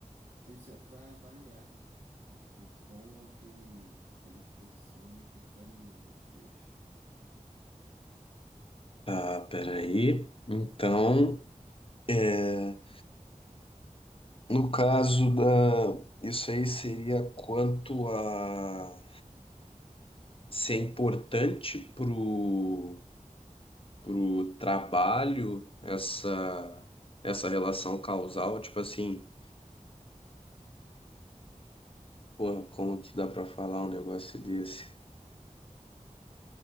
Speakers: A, on the right; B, on the left.
A: Então, isso é para avaliar, né? O, o quão aquele, aquela exposição interfere no, no desfecho.
B: Tá, peraí. Então, é, no caso da. Isso aí seria quanto a ser importante pro, pro trabalho essa, essa relação causal, tipo assim. Porra, como que dá pra falar um negócio desse?